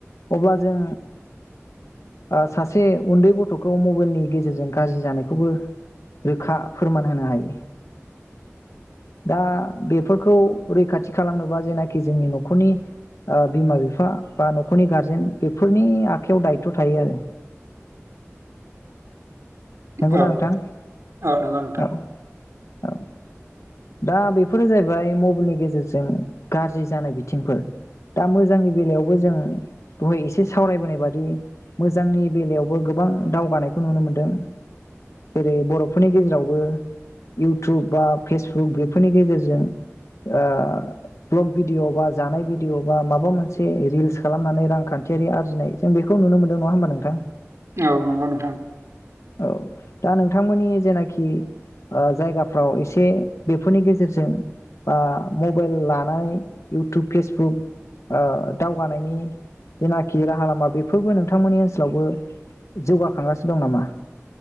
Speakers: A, on the left (about 80°); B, on the right (about 75°).
A: अब्ला जों ओ सासे उन्दै गथ'खौ मबाइलनि गेजेरजों गाज्रि जानायखौबो रोखा फोरमान होनो हायो दा बेफोर खौ रैखाथि खालामनोबा जेनाखि जोंनि न'खरनि ओ बिमा बिफा बा न'खरनि गारजेन बेफोरनि आखायाव दायथ' थायो आरो नंगौना
B: औ
A: नोंथां
B: औ औ नंगौ नोंथां
A: औ औ दा बेफोरो जाहैबाय मबाइलनि गेजेरजों गाज्रि जानाय बिथिंफोर दा मोजांनि बेलायावबो जों दहाय एसे सावरायबोनाय बादि मोजांनि बेलायावबो गोबां दावगानायखौ नुनो मोनदों जेरै बर'फोरनि गेजेरावबो इउटुब बा फेसबुक बेफोरनि गेजेरजों ओ ब्लग भिडिय' बा जानाय भिडिय'बा माबा मोनसे रिल्स खालामनानै रांखान्थियारि आरजिनाय जों बेखौ नुनो मोनदों नङा होमबा नोंथां
B: औ नंगौ नोंथां
A: औ दा नोंथांमोननि जेनाखि ओ जायगाफ्राव एसे बेफोरनि गेजेरजों बा मबाइल लानाय इउटुब फेसबुक ओ दावगानायनि जेनाखि राहा लामा बेफोरबो नोंथांमोननि ओनसोलावबो जौगाखांगासिनो दं नामा।